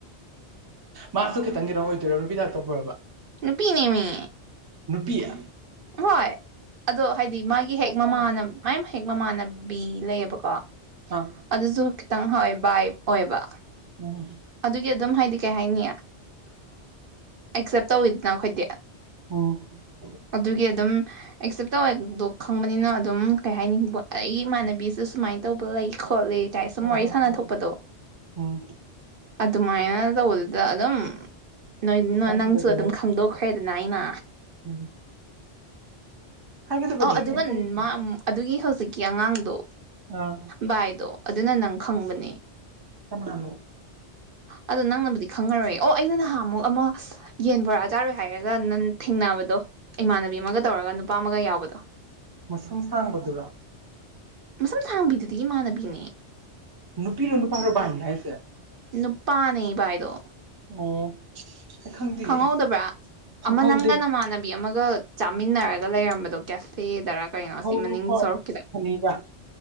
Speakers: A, on the right; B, on the right.
A: ꯃꯥꯁꯨ ꯈꯤꯇꯪꯒꯤꯔꯣ ꯑꯣꯏꯗꯣꯏꯔ ꯔꯨꯕꯤꯗꯥꯛ ꯇꯧꯕ ꯄꯨꯔꯕ
B: ꯄꯤꯅꯦ ꯃꯤ
A: ꯅꯨꯄꯤꯌꯥ
B: ꯍꯣꯏ ꯑꯗꯣ ꯍꯥꯏꯗꯤ ꯃꯥꯒꯤ ꯍꯦꯛ
A: ꯈꯟ
B: ꯃꯃꯥꯅ ꯃꯥꯏ ꯍꯦꯛ ꯃꯃꯥꯟꯅꯕꯤ ꯂꯩꯌꯦꯕꯀꯣ
A: ꯑꯥ
B: ꯑꯗꯨꯁꯨ ꯈꯤꯇꯪ ꯍꯥꯎꯋꯦ ꯕꯥꯏ ꯑꯣꯏꯕ
A: ꯃ
B: ꯑꯗꯨꯒꯤ ꯑꯗꯨꯝ ꯍꯥꯏꯗꯤ ꯀꯩ ꯍꯥꯏꯅꯤ ꯑꯦꯛꯁꯦꯞ ꯇꯧꯋꯤꯗꯅ ꯑꯩꯈꯣꯏꯗꯤ
A: ꯑꯣ
B: ꯑꯗꯨꯒꯤ ꯑꯗꯨꯝ ꯑꯦꯛꯁꯦꯞ ꯇꯧꯋꯦꯗꯣ ꯈꯪꯕꯅꯤꯅ ꯑꯗꯨꯝ ꯀꯩ ꯍꯥꯏꯅꯤꯕ ꯑꯩꯒꯤ ꯏꯃꯥꯟꯅꯕꯤꯁꯤ ꯁꯨꯃꯥꯏꯅ ꯇꯧꯕ ꯂꯩ ꯈꯣꯠꯂꯤ ꯀꯥꯏ ꯁꯨꯝ
A: ꯍ
B: ꯋꯥꯔꯤ
A: ꯍꯣ
B: ꯁꯥꯟꯅ
A: ꯍꯣ
B: ꯊꯣꯛꯄꯗꯣ
A: ꯎꯝ
B: ꯑꯗꯨꯃꯥꯏꯅ ꯇꯧꯕꯗꯨꯗ ꯑꯗꯨꯝ ꯅꯣꯏ
A: ꯈꯪꯒꯤꯕꯗꯣ
B: ꯅꯪꯁꯨ ꯑꯗꯨꯝ ꯈꯪꯗꯣꯛꯈ꯭ꯔꯦꯗꯅ ꯑꯩꯅ
A: ꯎꯝ ꯍꯥꯏꯒꯗꯕꯅꯦ
B: ꯑꯣ ꯑꯗꯨꯒ
A: ꯀꯩꯝ ꯀꯥꯏꯗꯤꯌꯦ
B: ꯑꯩꯒꯤ ꯍꯧꯖꯤꯛꯀꯤ ꯑꯉꯥꯡꯗꯣ
A: ꯑꯥ
B: ꯕꯥꯏꯗꯣ ꯑꯗꯨꯅ ꯅꯪ ꯈꯪꯕꯅꯦ
A: ꯀꯅꯥ
B: ꯑꯗꯣ ꯅꯪꯅꯕꯨꯗꯤ ꯈꯪꯉꯔꯣꯏꯦ ꯑꯣ ꯑꯩꯅ ꯅꯍꯥꯟ ꯑꯃꯨꯛ ꯑꯃ ꯌꯦꯟ ꯐꯣꯔꯛꯑ ꯆꯥꯔꯣꯏ ꯍꯥꯏꯔꯒ ꯅꯪ ꯊꯦꯡꯅꯕꯗꯣ ꯏꯃꯥꯟꯅꯕꯤ ꯑꯃꯒ ꯇꯧꯔꯒ ꯑꯃꯒ ꯌꯥꯎꯕꯗꯣ
A: ꯃꯁꯨꯝ ꯁꯥꯡꯕꯗꯨꯔ
B: ꯃꯁꯝ ꯁꯥꯡꯕꯤꯗꯨꯗꯒꯤ ꯃꯥꯥꯟꯅꯕꯤꯅꯦ
A: ꯅꯨꯄꯤꯅ ꯅꯨꯄꯥꯔꯕꯥ ꯍꯅꯥꯏꯦ
B: ꯅꯨꯄꯥ ꯅ ꯄꯥꯏꯗꯣ
A: ꯑꯣ ꯑꯩ ꯈꯪꯗꯤꯌꯦ
B: ꯈꯪꯍꯧꯗꯕ꯭ꯔꯥ
A: ꯈꯪꯍꯧꯗꯦ
B: ꯑꯃ ꯅꯪꯒ ꯅꯃꯥꯟꯅꯕꯤ ꯑꯃꯒ ꯑꯗꯨꯒ ꯆꯥꯃꯤꯟꯅꯔꯒ ꯂꯩꯔꯝꯕꯗꯣ ꯀꯦꯐꯦꯗꯔ ꯀꯩꯅꯣ
A: ꯍꯣꯏ
B: ꯁꯤ ꯃꯅꯤꯡ
A: ꯍꯣꯏ ꯍꯣꯏ
B: ꯁꯔꯛꯈꯤꯗ
A: ꯐꯅꯤꯗ